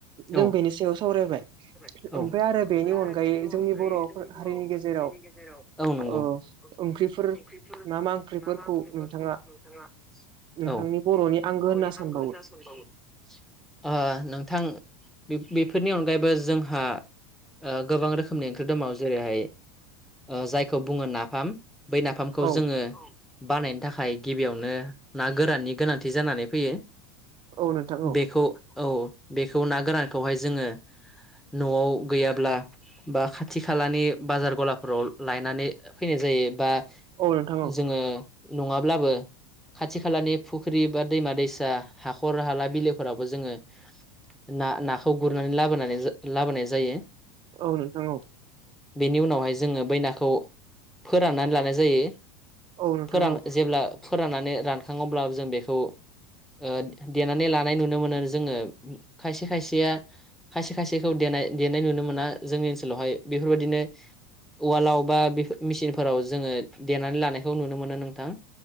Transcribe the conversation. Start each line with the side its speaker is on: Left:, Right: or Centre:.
Right: जों
Centre: औ
Right: बेनि सायाव सावरायबाय।
Centre: औ
Right: ओमफ्राय आरो बेनि
Centre: औ
Right: अनगायै जोंनि बर'
Centre: नोंगौ
Right: हारिनि गेजेराव
Centre: ओंख्रिफोर मा
Right: ओ
Centre: मा
Right: ओंख्रिफोर
Centre: ओंख्रिफोर
Right: मा मा ओंख्रिफोरखौ
Centre: सङो
Right: नोंथाङा
Centre: नोंथाङा औ
Right: नोंथांनि बर'नि
Centre: नोंथांनि
Right: आंगो होनना सानबावो
Centre: बर'नि आह नोंथां बे-बेफोरनि अनगायैबो जोंहा ओ गोबां रोखोमनि ओंख्रि दङ जेरैहाय ओ जायखौ बुङो नाफाम। बै नाफामखौ
Right: औ
Centre: जोङो। बानायनो थाखाय गिबियावनो ना गोराननि गोनांथि जानानै फैयो।
Right: औ नोंथां औ।
Centre: बेखौ औ बेखौ ना गोरानखौहाय जोङो न'आव गैयाब्ला। बा खाथि खालानि बाजार गलाफोराव लायनानै फैनाय जायो बा।
Right: औ नोंथां औ
Centre: जोङो नङाब्लाबो। खाथि खालानि फुख्रि बा दैमा दैसा हाखर हाला बिलोफोरावबो जोङो। ना-नाखौ गुरनानै लाबोनानै लाबोनाय जायो।
Right: औ नोंथां औ।
Centre: बेनि उनावहाय जोङो बै नाखौ फोराननानै लानाय जायो।
Right: औ नोंथां
Centre: फोरान
Right: औ
Centre: जेब्ला फोर फोराननानै रानखाङो अब्ला जों बेखौ ओ देनानै लानाय नुनो मोनो जोङो। खायसे खायसेया खायसे खायसेखौ। देनाय देनाय नुनो मोना जोंनि ओनसोलावहाय बेफोर बायदिनो। उवालाव बा बेफोर मेसिनफोराव जोङो देनानै लानायखौ नुनो मोनो नोंथां